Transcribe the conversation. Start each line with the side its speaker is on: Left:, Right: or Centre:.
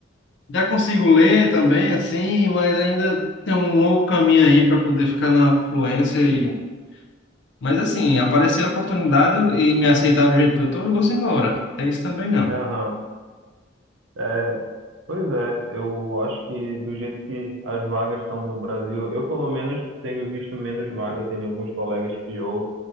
Left: já consigo ler também, assim, mas ainda tem um longo caminho aí para poder ficar na fluência e mas assim, aparecer a oportunidade e me aceitar do jeito que eu tô, eu vou embora. É isso também não.
Right: Aham. É, pois é, eu acho que do jeito que as vagas estão no Brasil, eu pelo menos tenho visto menos vaga, tenho alguns colegas pior